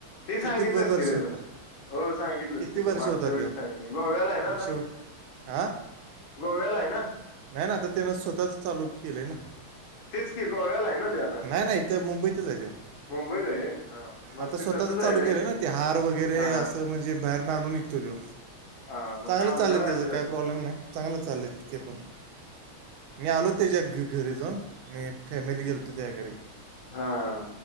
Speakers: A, on the left (about 70°); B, on the right (about 80°).
A: ते सांगितलं
B: किती व-
A: असती
B: वर्ष
A: ते रे
B: होता
A: तू हो सांगितलंस
B: किती
A: की तू
B: वर्ष
A: मागच्या
B: होता
A: वेळी
B: त्यो
A: सांगितलं गोव्याला आहे ना
B: मग
A: आता.
B: शेवट हां
A: गोव्याला आहे ना.
B: नाही ना आता त्यान स्वतःच चालू केले ना..
A: तेच की गोव्याला आहे ना ते आता
B: नाही नाही इथं मुंबईतच आहे गं.
A: मुंबईत आहे हा मग
B: आता
A: ते
B: स्वतःच
A: तसच
B: चालू
A: आहे रे
B: केलंय ना ते हार वगैरे
A: हा
B: असं म्हणजे बाहेर ना आणून निघतो तो.
A: हा मग
B: चांगलं
A: कामगार
B: चाललंय त्याचं
A: असेच
B: काही
A: असतात
B: प्रॉब्लेम नाही चांगलं चाललंय ते पण. मी आलो त्याच्या घ घरी जाऊन मी फॅमिली गेलोतो त्या घरी.
A: हा